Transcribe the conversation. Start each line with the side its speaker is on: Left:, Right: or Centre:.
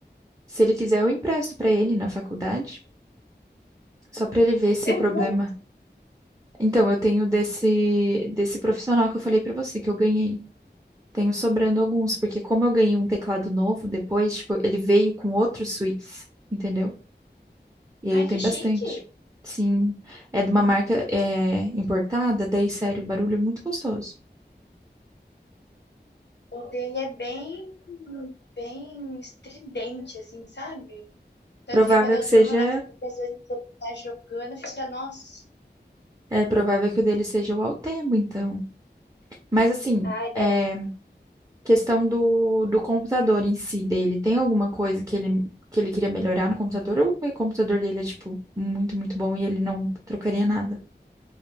Right: Se ele quiser, eu empresto pra ele na faculdade, só pra ele ver se
Left: É
Right: o problema
Left: bom.
Right: Então, eu tenho desse, desse profissional que eu falei pra você, que eu ganhei. Tenho sobrando alguns, porque como eu ganhei um teclado novo depois, tipo, ele veio com outros suítes, entendeu? E aí
Left: Ai,
Right: eu tenho
Left: que chique!
Right: bastante. Sim, é de uma marca é, importada, daí, sério, o barulho é muito gostoso.
Left: O dele é bem, bem estridente, assim, sabe? Tanto
Right: Provável
Left: que quando eu
Right: que
Left: durmo
Right: seja,
Left: na casa às vezes você tá jogando, fica, nossa.
Right: é provável que o dele seja o Altemo, então. Mas assim,
Left: Ai, deve...
Right: é, questão do, do computador em si dele, tem alguma coisa que ele, que ele queria melhorar no computador? Ou o computador dele é, tipo, muito, muito bom e ele não trocaria nada?